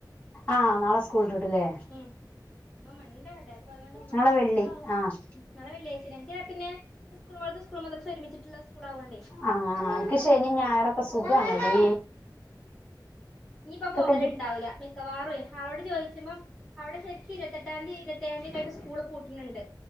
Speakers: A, on the left; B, in the centre.
A: ആഹ് നാളെ സ്കൂൾ വിട്ടിട്ട്ല്ലേ.
B: ഉം ഉമ്മമ്മണ്ട് അടെ അപ്പോ അതൊണ്ട് ഉമ്മാക്ക്
A: നാളെ
B: എടങ്ങാറാവും.
A: വെള്ളി ആഹ്
B: നാളെ വെള്ളിയാഴ്ച്ചല്ലേ ഞങ്ങൾക്ക് പിന്നെ സ്കൂളും ഓൾത് സ്കൂൾ മദ്റസയും ഒരുമിച്ചിട്ടുള്ള സ്കൂളാവോണ്ടേ നമുക്ക്
A: ആഹ്
B: പിന്നെ ശനി
A: അൻക്ക്
B: ഞായർ
A: ശനിം
B: ലീവ് കിട്ടും
A: ഞായറൊക്കെ സുഖാണടി.
B: ഇഞ്ഞ് ഇപ്പോ പോകല്
A: ഇന്റെ
B: ഇണ്ടാവില്ല,. മിക്കവാറും ആളോട് ചോദിച്ചുമ്പം അവിടെ ശരിക്ക് ഇരുപത്തെട്ടാംതി ഇരുപത്തേയാം തീയതി ഒക്കെ ആയിട്ട് സ്കൂള് പൂട്ട്ണണ്ട്.